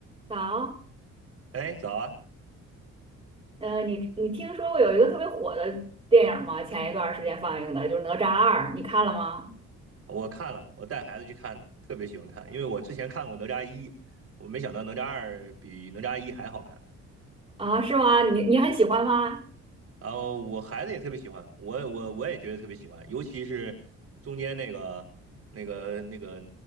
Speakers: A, on the right (about 15°); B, on the right (about 50°).
A: 早，
B: 哎，早啊！
A: 呃，你你听说过有一个特别火的电影吗？前一段时间放映的，就是《哪吒二》，你看了吗？
B: 我看了，我带孩子去看的，特别喜欢看，因为我之前看过《哪吒一》，我没想到《哪吒二》比《哪吒一》还好看。
A: 啊，是吗？你你很喜欢吗？
B: 嗯然后我孩子也特别喜欢，我我我也觉得特别喜欢，尤其是中间那个那个那个